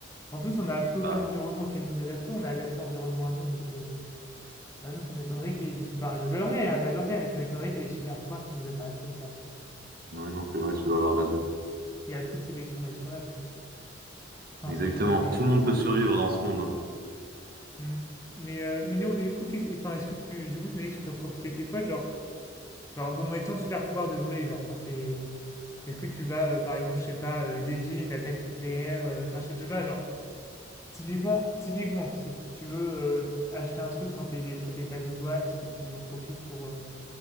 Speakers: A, on the left; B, on the right.
A: En plus, on n'a plus aucun
B: Bah,
A: environnement auquel nous adapter, on a adapté l'environnement à nous, donc euh, ouais, non, ça m'étonnerait qu'il y ait des super... Enfin, j'adorerais, hein, j'adorerais, mais ça m'étonnerait qu'il y ait des super pouvoirs qui nous apparaissent comme ça.
B: ouais, non, c'est vrai, tu dois avoir raison.
A: Il n'y a plus de sélection naturelle. Enfin,
B: Exactement.
A: sauf sur la richesse.
B: Tout le monde peut survivre dans ce monde.
A: Hmm. Mais, euh, Mignon, du coup, qu'est-ce- enfin, est-ce que tu, du coup, tu m'as dit que tu ferais profiter tes potes, genre, genre, bon, mettons le super pouvoir de voler, genre, t'en fais... Est-ce que tu vas, euh, par exemple, je sais pas, euh, dévier une attaque nucléaire, euh, enfin, je, je sais pas, genre, typiquement, typiquement, si tu veux euh, acheter un truc sans payer les frais, les taxes de douane, est-ce que tu en profites pour... euh,